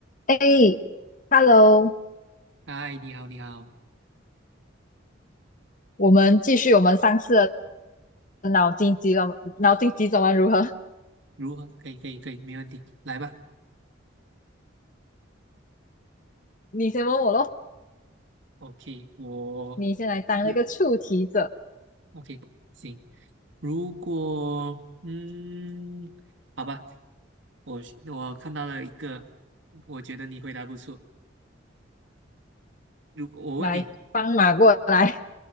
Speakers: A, on the left; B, on the right.
A: 哎，Hello，
B: 嗨，你好，你好，
A: 我们继续我们上次的脑筋急转脑筋急转弯如何？
B: 如何？可以，可以，可以，没问题，来吧。
A: <laughs> 你先问我咯，
B: OK，我
A: 你先来当那个出题者，
B: 日 OK，行。如果嗯，好吧，我我看到了一个，我觉得你回答不错。如果我问你，
A: 来帮马过来。